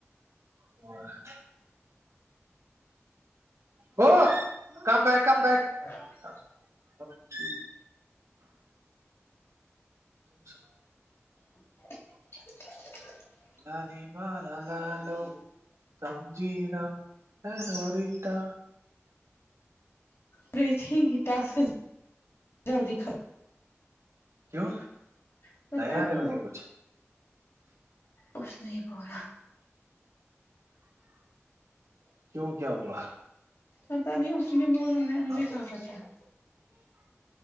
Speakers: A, on the right; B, on the left.
A: ہاں <inaudible> وہ کم بیک کم بیک <inaudible>
B: ہاں <inaudible>
A: سناؤ سب کچ <inaudible> ت سناؤ <inaudible>
B: <inaudible>
A: لال بارہ لالو <unintelligible> سمجیین ورٹا <unintelligible>
B: پریت ٹاسک جلدی ختم <unintelligible>
A: کیوں
B: ختم پتا
A: نیا
B: نہیں
A: ن لگے
B: وہ
A: پچھ
B: اس نے ہی بولا
A: کیوں کیا ہوا
B: آتا نہیں ا ہی بنانا مے
A: آپ
B: کاق تھا <unintelligible>